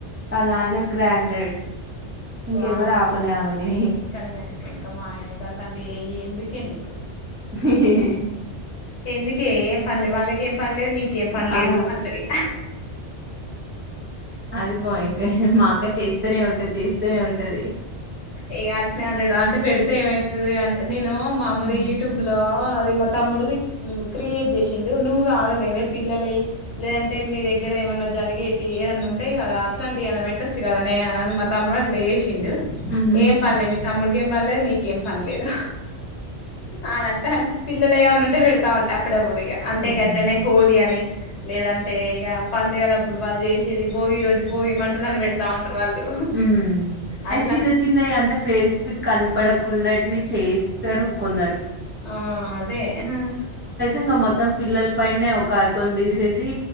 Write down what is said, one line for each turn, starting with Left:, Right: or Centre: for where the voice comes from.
Right: వాలా ఆయన గ్రాంటెడ్ ఇంకెవరు
Left: వామ్మో
Right: ఆపలే ఆమెని
Left: ఇంకా నేనతే ఇంకా మా ఆయనతో అట్లాంటివి అంటే ఏ ఎందుకేని
Right: హ్మ్ హ్మ్ హె
Left: ఎందుకే ఏం పనిలేవ్ వాళ్ళక ఏం పనిలేదు నీకేం పనిలేదు
Right: ఆ
Left: అంటాడు ఇగ
Right: అది పోయింటే మా అక్క చేత్తానే ఉంటది చేస్తూనే ఉంటది
Left: ఇగ అట్నే అంటాడు అంటే పెడితే ఏమైతది అంటే నేను మామూలుగ
Right: ఉమ్.
Left: యూట్యూబ్ లో ఇది మా తమ్ముడిది మ్ క్రియేట్ చేసిండు నువ్వు కాదలేవే పిల్లలయి లేదంటే మీ దగ్గర ఏమన్నా జరిగేటివి ఏదన్నా ఉంటాయి కదా అట్లాంటివి ఏమనా పెట్టొచ్చు కదా నే అని మా తమ్ముడు అట్లా చేశిండు
Right: ఉమ్.
Left: ఏం పనిలేదు మీ తమ్ముడికి ఏం పనిలేదు నీకేం పనిలేదు అనంట పిల్లలువి ఏమన్న ఉంటే పెడతా ఉంట అప్పుడప్పుడు ఇగ అంటే
Right: ఉమ్.
Left: గట్లనే హోలీ అని లేదంటే ఇగ పండుగల అప్పుడు వాళ్ళు చేసేది భోగి రోజు భోగి మంటలను పెడతా ఉంట టారు వాళ్ళు
Right: హ్మ్
Left: ఆ
Right: అయి చిన్న చిన్నవి అంటే ఫేస్ వీ కనపడకుండాటివి చేస్తారు కొందరు
Left: ఆ అదే హ
Right: ఇంగా మొత్తం పిల్లల్ పైనే ఒక అకౌంట్ తీసేసి